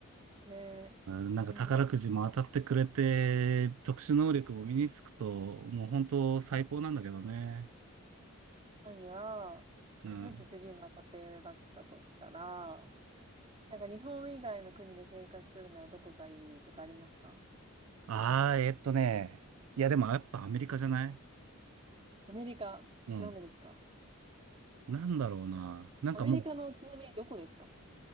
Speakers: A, on the right; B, on the right.
A: で、
B: あ、なんか宝くじも当たってくれて、
A: うん、
B: 特殊能力も身につくと、もう本当最高なんだけどね。
A: 何が、
B: うん。
A: もし次の家庭だったとしたら、なんか日本以外の国で生活するならどこがいいとかありますか
B: ああー、えーっとね。いや、でもやっぱアメリカじゃない
A: アメリカ、
B: うん。
A: なんでですか
B: なんだろうな。なんかも
A: アメリカのちなみにどこですか